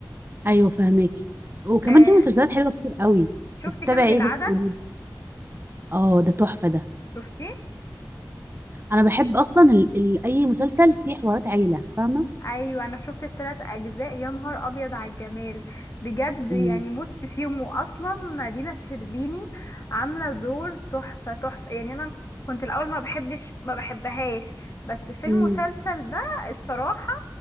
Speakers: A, on the right; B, on the left.
A: ايوه فهماكي وكمان
B: آه
A: في مسلسلات حلوه كتير قوي
B: شفت
A: تتابعي
B: كامل
A: ايه
B: العدد
A: بس قولي اه ده تحفه ده
B: شفتيه
A: انا بحب اصلا ال... ال... اي مسلسل فيه حوارات عيله فاهمه
B: ايوه انا شفت الثلاث اجزاء يا نهار ابيض على الجمال بجد يعني
A: امم
B: مت فيهم واصلا دينا الشربيني عامله دور تحفه تحفه يعني انا كنت الاول ما بحبش ما بحبهاش بس في المسلسل
A: امم
B: ده الصراحه